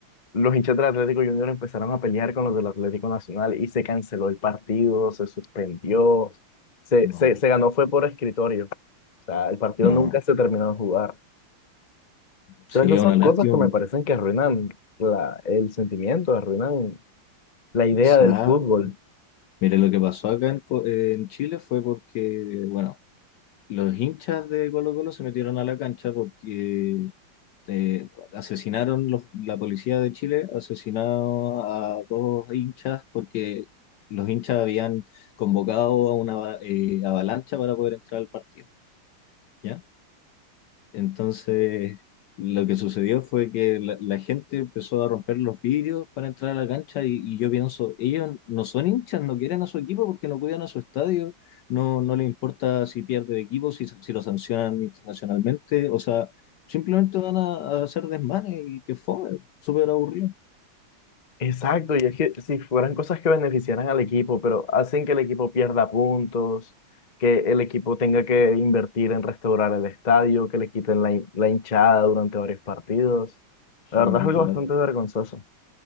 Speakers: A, on the left; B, on the left.
A: los hinchas del Atlético Junior empezaron a pelear con los del Atlético Nacional y se canceló el partido, se suspendió, se,
B: No,
A: se, se ganó fue por escritorio. O sea, el partido
B: no.
A: nunca se terminó de jugar.
B: Sí,
A: Entonces, esas
B: es una
A: son cosas
B: lástima.
A: que me parecen que arruinan la, el sentimiento, arruinan la
B: Exacto.
A: idea del fútbol.
B: Mire, lo que pasó acá en, Co- eh, en Chile fue porque, bueno, los hinchas de Colo Colo se metieron a la cancha porque eh, asesinaron los- la policía de Chile, asesinaron a dos hinchas porque los hinchas habían convocado a una eh, avalancha para poder entrar al partido. ¿ya? Entonces, lo que sucedió fue que la, la gente empezó a romper los vidrios para entrar a la cancha y, y yo pienso, ellos no son hinchas, no quieren a su equipo porque no cuidan a su estadio, no, no les importa si pierde el equipo, si, si lo sancionan internacionalmente, o sea, simplemente van a, a hacer desmanes y que fue súper aburrido.
A: Exacto, y es que si fueran cosas que beneficiaran al equipo, pero hacen que el equipo pierda puntos, que el equipo tenga que invertir en restaurar el estadio, que le quiten la, hin- la hinchada durante varios partidos. La
B: Sí,
A: verdad es algo
B: claro.
A: bastante vergonzoso.